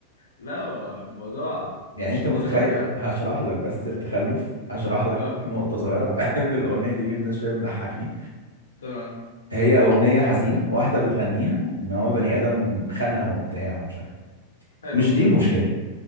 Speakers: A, on the left (about 70°); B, on the right (about 85°).
A: لا هو الموضوع
B: يعني
A: مش
B: انت
A: الدرجات
B: متخيل
A: دي يا عم
B: هشرح لك بس التخلف هشرح لك
A: اه
B: نقطة صغيرة <laughs> بحب الأغنية دي جدا شوية بتضحكني
A: تمام
B: هي أغنية حزينة واحدة بتغنيها إن هو بني آدم خانها وبتاع ومش عارف
A: حلو
B: مش دي المشكلة